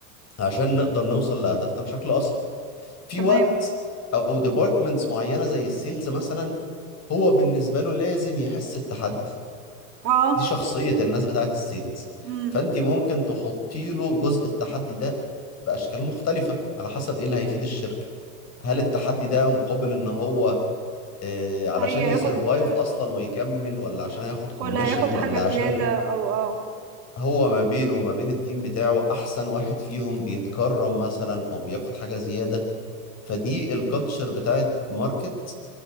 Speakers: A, on the left; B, on the right.
A: عشان نقدر نوصل لهدفنا بشكل اسرع في
B: تمام
A: وقت او ديبارتمنتس معينه زي السيلز مثلا هو بالنسبه له لازم يحس بتحدي
B: اه
A: دي شخصية الناس بتاعت السيلز
B: مم.
A: فأنت ممكن تحطي له جزء التحدي ده بأشكال مختلفة على حسب إيه اللي هيفيد الشركة هل التحدي ده مقابل إن هو آه علشان
B: هياخد
A: يسرفايف أصلا ويكمل ولا عشان هياخد كوميشن
B: ولا هياخد
A: ولا
B: حاجه زياده
A: عشان
B: او اه
A: هو ما بينه وما بين التيم بتاعه أحسن واحد فيهم بيتكرم مثلا أو بياخد حاجة زيادة فدي الكالتشر بتاعت ماركت